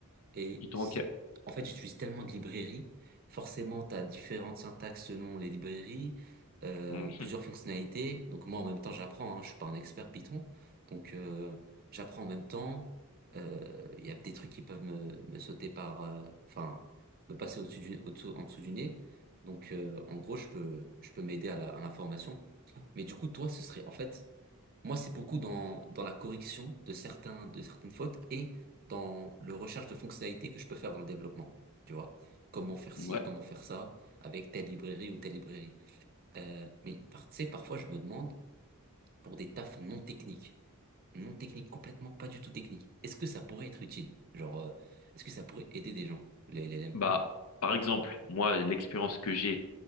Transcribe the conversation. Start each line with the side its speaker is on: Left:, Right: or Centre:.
Right: Et
Left: Du temps,
Right: c-
Left: ok.
Right: en fait, j'utilise tellement de librairies. Forcément, tu as différentes syntaxes selon les librairies, euh,
Left: Mhm.
Right: plusieurs fonctionnalités. Donc moi, en même temps, j'apprends. Hein, je suis pas un expert Python. Donc euh, j'apprends en même temps. Euh, Il y a des trucs qui peuvent me, me sauter par... euh, Enfin, me passer au-dessus du, au-dessous, en dessous du nez. Donc euh, en gros, je peux, je peux m'aider à la, à l'information. Mais du coup, toi, ce serait en fait... Moi, c'est beaucoup dans, dans la correction de certains, de certaines fautes et dans le recherche de fonctionnalités que je peux faire dans le développement. Tu vois, comment faire ci,
Left: Ouais.
Right: comment faire ça avec telle librairie ou telle librairie. Euh, mais par- tu sais, parfois, je me demande pour des tafs non techniques, non techniques, complètement pas du tout techniques, est-ce que ça pourrait être utile? Genre, euh, est-ce que ça pourrait aider des gens, les LLM?
Left: Bah, par exemple, moi, l'expérience que j'ai